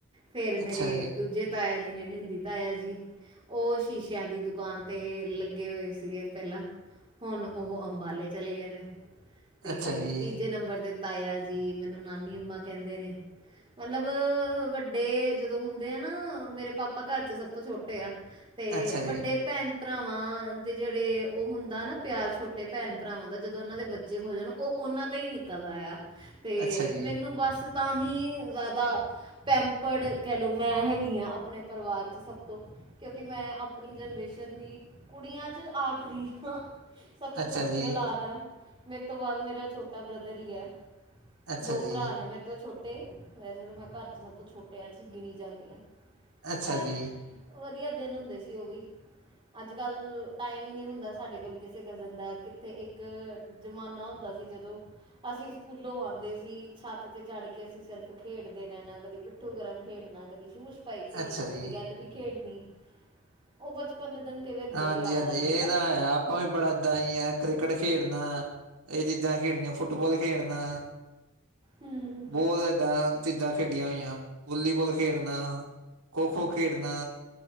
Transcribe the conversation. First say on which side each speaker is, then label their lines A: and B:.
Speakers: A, on the right; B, on the right.
A: ਫੇਰ ਮੇਰੇ
B: ਅੱਛਾ ਜੀ
A: ਦੂਜੇ ਤਾਇਆ ਜੀ ਨੇ ਨਿੰਦੀ, ਤਾਇਆ ਜੀ ਉਹ ਸ਼ੀਸ਼ਿਆਂ ਦੀ ਦੁਕਾਨ ਤੇ ਲ ਲੱਗੇ ਹੋਏ ਸੀਗੇ ਪਹਿਲਾਂ। ਹੁਣ ਉਹ ਅੰਬਾਲੇ ਚਲੇ ਗਏ ਨੇ। ਤੇ
B: ਅੱਛਾ ਜੀ
A: ਤੀਜੇ ਨੰਬਰ ਤੇ ਤਾਇਆ ਜੀ। ਮੈਨੂੰ ਨਾਨੀ ਅਮਾ ਕਹਿੰਦੇ ਨੇ। ਮਤਲਬ ਵੱਡੇ ਜਦੋਂ ਹੁੰਦੇ ਆ ਨਾ। ਮੇਰੇ ਪਾਪਾ ਘਰ ਚ ਸਭ ਤੋਂ ਛੋਟੇ ਆ। ਤੇ
B: ਅੱਛਾ
A: ਵੱਡੇ
B: ਜੀ
A: ਭੈਣ, ਭਰਾਵਾਂ ਦੇ ਜਿਹੜੇ ਉਹ ਹੁੰਦਾ ਨਾ ਪਿਆਰ ਛੋਟੇ ਭੈਣ, ਭਰਾਵਾਂ ਦਾ। ਜਦੋਂ ਉਹਨਾਂ ਦੇ ਬੱਚੇ ਹੋ ਜਾਣ ਉਹ ਉਹਨਾਂ ਤੇ ਹੀ ਨਿਕਲਦਾ ਆ। ਤੇ
B: ਅੱਛਾ ਜੀ
A: ਮੈਨੂੰ ਬਸ ਤਾਂ ਹੀ ਜ਼ਿਆਦਾ ਪੈਂਪਰਡ ਕਹਿ ਲਓ ਮੈਂ ਹੈਗੀ ਹਾਂ। ਆਪਣੇ ਪਰਿਵਾਰ ਚ ਸਭ ਤੋਂ ਕਿਉਂਕਿ ਮੈਂ ਆਪਣੀ ਜਨਰੇਸ਼ਨ ਦੀ ਕੁੜੀਆਂ 'ਚ ਆਖਰੀ ਹਾ। ਸਭ ਤੋਂ
B: ਅੱਛਾ
A: ਛੋਟੀ
B: ਜੀ
A: ਔਲਾਦ ਆ। ਮੇਰੇ ਤੋਂ ਬਾਅਦ ਮੇਰਾ ਛੋਟਾ ਬ੍ਰਦਰ ਹੀ ਹੈ।
B: ਅੱਛਾ
A: ਦੋ
B: ਜੀ
A: ਭਰਾ ਨੇ ਮੇਰੇ ਤੋਂ ਛੋਟ ਨੇ, ਵੈਸੇ ਤਾਂ ਮੈਂ ਘਰ ਚ ਸਭ ਤੋਂ ਛੋਟਿਆਂ ਚ ਗਿਣੀ ਜਾਂਦੀ ਹਾਂ।
B: ਅੱਛਾ
A: ਪਰ
B: ਜੀ
A: ਵਧੀਆ ਦਿਨ ਹੁੰਦੇ ਸੀ ਉਹ ਵੀ। ਗੱਲ ਟਾਈਮ ਹੀ ਨਹੀਂ ਹੁੰਦਾ ਸਾਡੇ ਕੋਲ ਕਿਸੇ ਕਜ਼ਨ ਦਾ। ਕਿੱਥੇ ਇੱਕ ਜ਼ਮਾਨਾ ਹੁੰਦਾ ਸੀ। ਜਦੋਂ ਅਸੀਂ ਸਕੂਲੋਂ ਆਉਂਦੇ ਸੀ। ਛੱਤ ਤੇ ਚੜ੍ਹ ਕੇ ਅਸੀਂ ਸਿਰਫ਼ ਖੇਡਦੇ ਰਹਿਣਾ। ਕਦੀ ਪਿੱਠ ਗਰਮ ਖੇਡ ਨਾ। ਕਰ ਸ਼ ਭਾਈ ਖੇਡਣਾ,
B: ਅੱਛਾ ਜੀ
A: ਕਦੀ ਗੈਲਰੀ ਖੇਡਣੀ, ਉਹ ਬਚਪਨ ਦੇ ਦਿਨ ਕਈ ਵਾਰੀ
B: ਹਾਂਜੀ,
A: ਬੜੇ ਯਾਦ
B: ਹਾਂਜੀ,
A: ਆਉਂਦੇ
B: ਇਹ
A: ਆ
B: ਤਾਂ ਆਪ ਆਪਾਂ ਵੀ ਬੜਾ ਏਦਾਂ ਹੀ ਆ। ਕ੍ਰਿਕਟ ਖੇਡਣਾ ਇਹ ਚੀਜ਼ਾਂ ਖੇਡਣੀਆਂ। ਫੁੱਟਬਾਲ ਖੇਡਣਾ,
A: ਹੂੰ
B: ਬਹੁਤ ਏਦਾਂ ਚੀਜ਼ਾਂ ਖੇਡੀਆਂ ਹੋਈਆਂ ਹਨ। ਵੋਲੀਬੋਲ ਖੇਡਣਾਂ, ਖੋਖੋ ਖੇਡਣਾਂ।